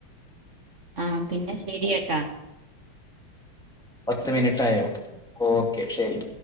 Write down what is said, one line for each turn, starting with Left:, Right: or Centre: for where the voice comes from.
Right: ആ പിന്നെ ശരിയേട്ടാ.
Centre: പത്ത് മിനിട്ടായോ ഓക്കെ ശരി.